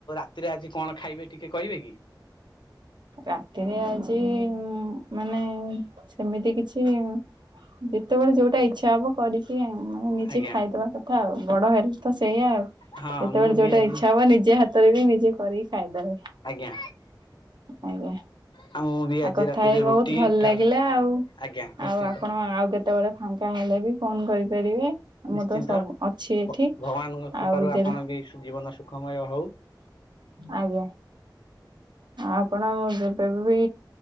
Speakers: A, on the left; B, on the right.
A: ତିରେ ଆଜି କଣ ଖାଇବେ ଟିକେ କହିବେ କି।
B: ରାତିରେ ଆଜି ମାନେ ସେମିତି କିଛି। ଯେତେବେଳେ ଯୋଉଟା ଇଚ୍ଛା ହବ କରିକି ମୁଁ ନିଜେ
A: ଆଜ୍ଞା
B: ଖାଇଦବା କଥା ଆଉ ବଡ ହେଲେ ତ ସେଇୟା ଆଉ
A: ହଁ
B: ଯେତେବେଳେ
A: ମୁଁ ବି
B: ଯୋଉଟା
A: ଆଜି
B: ଇଚ୍ଛା ହବ ନିଜେ ହାତରେ ବି ନିଜେ କରିକି ଖାଇଦେବେ।
A: ଆଜ୍ଞା।
B: ଆଜ୍ଞା
A: ଆଉ ମୁଁ ବି ଆଜି
B: ଆଉ କଥା
A: ରାତିରେ
B: ହେଇ ବୋହୁତ୍
A: ରୁଟି
B: ଭଲ୍
A: ଡାଲ
B: ଲାଗିଲା ଆଉ।
A: ଆଜ୍ଞା ନିଶ୍ଚିନ୍ତ
B: ଆଉ ଆପଣ ଆଉ କେତେବେଳେ ଫାଙ୍କା ହେଲେ ବି ଫୋନ୍ କରିପାରିବେ। ମୁଁ
A: ନିଶ୍ଚିନ୍ତ
B: ତ ସବୁ ଅଛି ଏଠି।
A: ଭ ଭଗବାନଙ୍କ
B: ଆଉ
A: କୃପାରୁ
B: ଯେବେ
A: ଆପଣ ବି ଜୀବନ ସୁଖମୟ ହଉ।
B: ଆଜ୍ଞା। ଆପଣ ଯେବେ ବି